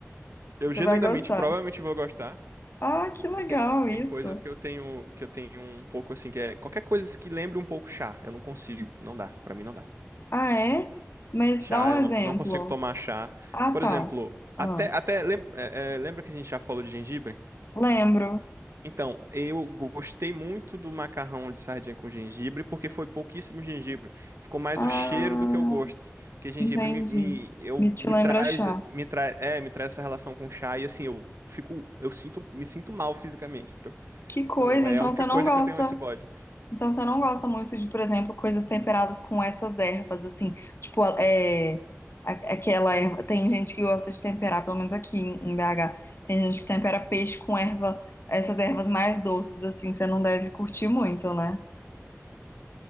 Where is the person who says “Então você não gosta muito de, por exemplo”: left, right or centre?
Left